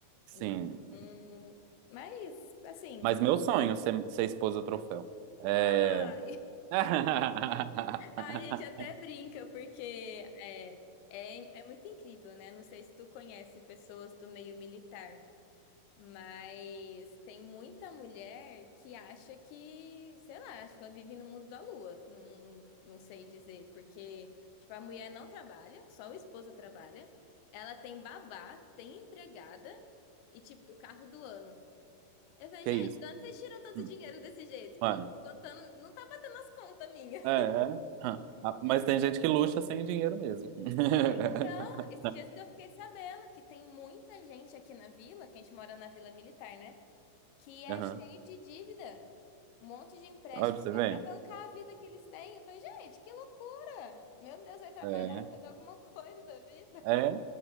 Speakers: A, on the right; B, on the left.
A: Sim.
B: Então, mas assim,
A: Mas meu sonho é ser, ser esposa troféu. É.
B: ah,
A: <laughs>
B: A gente até brinca, porque é, é, é muito incrível, né? Não sei se tu conhece pessoas do meio militar, mas tem muita mulher que acha que, sei lá, acho que ela vive no mundo da lua. Não, não sei dizer, porque, tipo, a mulher não trabalha, só o esposo trabalha, ela tem babá, tem empregada e, tipo, o carro do ano. Eu falei,
A: Que
B: gente,
A: isso?
B: de onde vocês tiram tanto
A: Hum,
B: dinheiro desse jeito?
A: mano
B: Que não, tá contando, não tá batendo as contas minhas.
A: É, é. Hã. Ah, Mas tem gente que luxa sem dinheiro mesmo. <laughs>
B: Então, esses dias que eu fiquei sabendo que tem muita gente aqui na vila, que a gente mora na Vila Militar, né? Que é
A: Aham.
B: cheio de dívida. Um monte de empréstimo
A: Olha pra você
B: só
A: ver.
B: pra bancar a vida que eles têm. Eu falei, gente, que loucura! Meu Deus, vai trabalhar,
A: É.
B: fazer alguma <laughs> coisa da vida.
A: É.